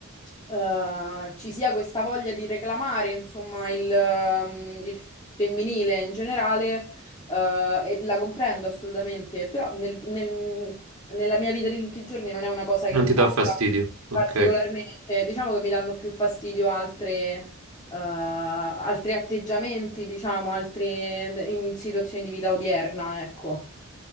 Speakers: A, on the left; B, on the right.
A: eh, ci sia questa voglia di reclamare, insomma, il, ehm, il femminile in generale, eh, e la comprendo assolutamente, però nel- nel- nella mia vita di tutti i giorni non è una cosa che
B: Non
A: impatta
B: ti dà fastidio. Ok.
A: particolarmente. Diciamo che mi danno più fastidio altre, eh, altri atteggiamenti, diciamo, altre in situazioni di vita odierna, ecco.